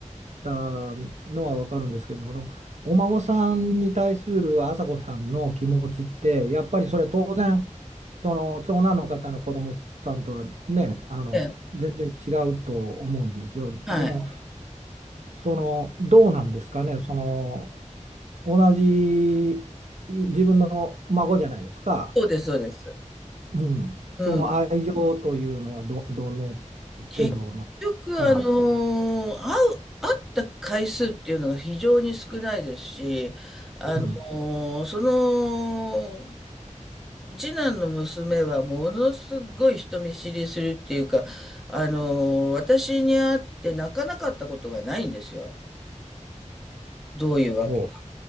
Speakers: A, on the right (about 65°); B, in the centre.
A: たのは分かるんですけどそのお孫さんに対する朝子さんの気持ちってやっぱりそれ当然その長男の方の子供さんとはねあの全然違うと思うんですよ。
B: ええはい。
A: でもそのどうなんですかねその同じ自分の孫じゃないですか。
B: そうです、そうです。
A: うん、その愛情というのはど、
B: うん。
A: どの
B: 結局、
A: 程度な、はい、
B: あのー会う、会った回数っていうのが非常に少ないですし、あのーその、
A: うん、
B: 次男の娘はものすごい人見知りするっていうか、あのー私に会って泣かなかったことがないんですよ。どういうわけ。
A: ほ